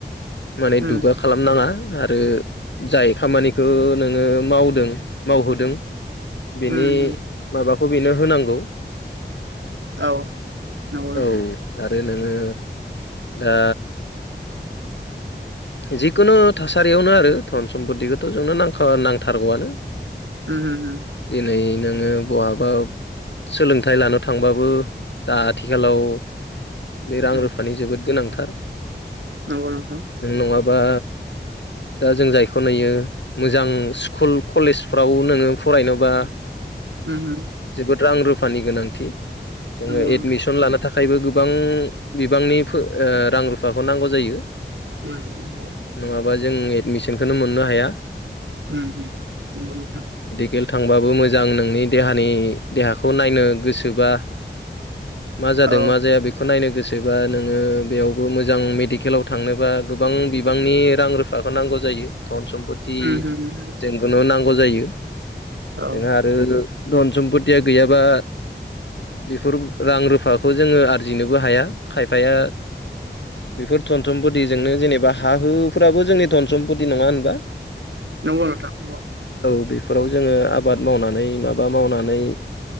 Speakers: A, on the left (about 70°); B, on the right (about 80°).
A: माने
B: उम
A: दुगा खालामनाङा आरो जाय खामानिखौ नोङो मावदों मावहोदों बिनि
B: उम उम
A: माबाखौ बिनो होनांगौ
B: औ नंगौ नोंथां
A: औ। आरो नोङो दा जिखुनु थासारियावनो आरो धन सम्पिखौथ' जोंनो नांखा नांथारगौआनो।
B: <inaudible>
A: दिनै नोङो बहाबा सोलोंथाइ लानो थांबाबो दा आथिखालाव बे
B: उम
A: रां रुफानि जोबोद गोनांथार।
B: नंगौ नोंथां।
A: नों नङाबा दा जों जायखौ नुयो मोजां स्कुल कलेजफ्राव नोङो फरायनोबा
B: उम उम।
A: जोबोद रां रुफानि गोनांथि। जोङो
B: नंगौ
A: एडमिसन
B: नोंथां
A: लाना थाखायबो गोबां बिबांनि ओ रां रुफाखौ नांगौ जायो।
B: <inaudible>
A: नङाबा जों एडमिसनखोनो मोननो हाया।
B: उम उम नंगौ नोंथां।
A: गेल थांबाबो मोजां नोंनि देहानि देहाखौ नायनो गोसोबा। मा जादों
B: औ
A: मा जाया बेखौ नायनो गोसोबा नोङो बेयावबो मोजां मेडिकेलाव थांनोबा गोबां बिबांनि रां रुफाखौ नांगौ जायो धन सम्प दि
B: उम उम
A: जोंखौनो नांगौ जायो।
B: औ उम
A: जोंहा आरो धन सम्पतिया गैयाबा बेफोर रां रुफाखौ जोङो आरजिनोबो हाया। खायफाया बेफोर धन सम्पति जोंनो जेनेबा हा हुफोराबो जोंनि धन सम्पति नङा होनबा?
B: नंगौ नोंथां नंगौ।
A: औ बेफोराव जोङो आबाद मावनानै माबा मावनानै